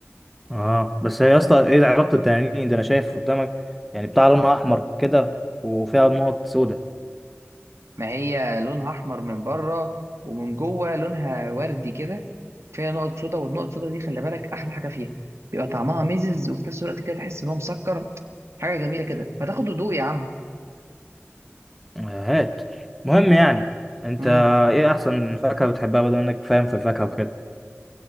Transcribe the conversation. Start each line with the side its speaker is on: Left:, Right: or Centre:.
Centre: اه بس يا اسطى ايه علاقه التنانين ده انا شايف قدامك يعني بتاع لونها احمر كده وفيها نقط سوداء
Right: ما هي لونها احمر من بره ومن جوه لونها وردي كده فيها نقط سودا والنقط السودا دي خلي بالك احلى حاجة فيها بيبقى طعمها ميزز وفي نفس الوقت كده تحس ان هو مسكر حاجة جميلة كده ما تاخد هدوء يا عم
Centre: آه، هات مهم يعني انت
Right: امم
Centre: ايه احسن فاكهه بتحبها بدل انك فاهم في الفاكهه وكده